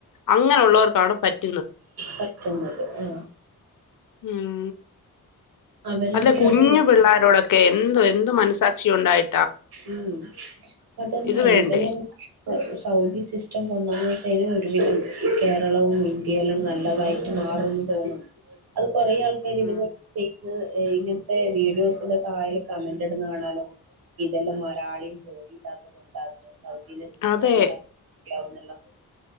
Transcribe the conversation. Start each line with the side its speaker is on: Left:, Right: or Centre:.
Left: അങ്ങനെയുള്ളോർക്കാണ് പറ്റ്
Right: പറ്റുന്നത് ആ
Left: ഉം
Right: അവരെന്നെ
Left: അല്ല കുഞ്ഞു
Right: അത്
Left: പിള്ളോരോടൊക് എന്തോ എന്ത് മനസ്സാ ഷിയുണ്ടായി
Right: ഉം അതന്നെ
Left: ഇത് വേണ്ടേ
Right: ഇതെല്ലാം സൗദി സിസ്റ്റം കൊണ്ടാമ്പത്തേന് ഒരുവിധം കേരളവും ഇന്ത്യയിലും നല്ലതായിട്ട് മാറുന്ന് തോന്നു അത് കുറെ ആൾക്കാര് ഇത്പോലെ
Left: ഉം
Right: ചെയ്യു ഇങ്ങനത്തെ വീഡിയോസിന്റെ തായേല് കമന്റ് ഇടുന്ന് കാണാലോ ഇതെല്ലാം ഒരാളെയും പേടിയില്ലാത്തത് കൊണ്ടാണ് സൗദിയിലെ സിസ്റ്റം
Left: അതെ
Right: കൊണ്ട്ന്നാ ല്ലോ